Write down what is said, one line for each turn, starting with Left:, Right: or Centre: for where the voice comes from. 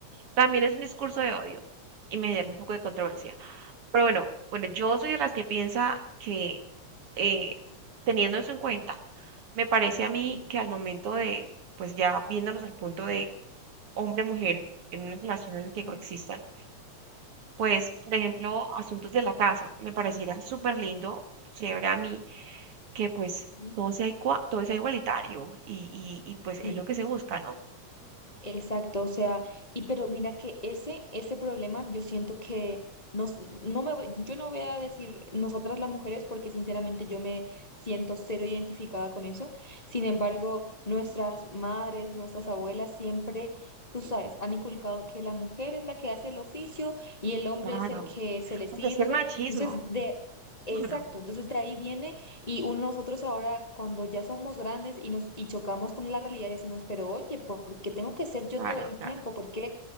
Right: también es un discurso de odio y me genera un poco de controversia. Pero bueno, bueno, yo soy de las que piensa que eh, teniendo eso en cuenta, me parece a mí
Left: Sí,
Right: que al momento de, pues ya viéndonos al punto de hombre-mujer en una relación en la que
Left: sí,
Right: coexistan, pues por ejemplo, asuntos de la casa, me pareciera súper lindo, chévere a mí, que pues
Left: sí.
Right: todo sea, igua- todo sea igualitario y, y, y pues
Left: Sí.
Right: es lo que se busca, ¿no?
Left: Exacto, o sea, y pero mira que ese, ese problema yo siento que nos, no me voy- yo no voy a decir nosotras las mujeres porque sinceramente yo me siento cero identificada con eso. Sin embargo, nuestras madres, nuestras abuelas siempre, tú sabes, han inculcado que la mujer es la que hace el oficio y el hombre
Right: Claro,
Left: es el que se le
Right: porque
Left: sirve.
Right: es el machismo,
Left: Entonces, de, exacto,
Right: claro,
Left: entonces de ahí viene y uno, nosotros ahora, cuando ya somos grandes y nos y chocamos con la realidad, decimos, pero oye, ¿por qué tengo que ser yo
Right: claro,
Left: todo el
Right: claro,
Left: tiempo? ¿Por qué?